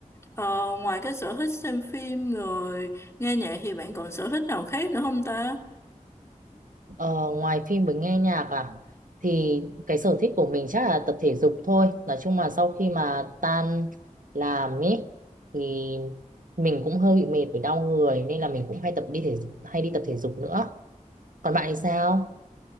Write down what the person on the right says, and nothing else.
Ờ, ngoài phim với nghe nhạc à thì cái sở thích của mình chắc là tập thể dục thôi nói chung là sau khi mà tan làm ấy thì mình cũng hơi bị mệt với đau người nên là mình cũng hay tập đi thể hay đi tập thể dục nữa còn bạn thì sao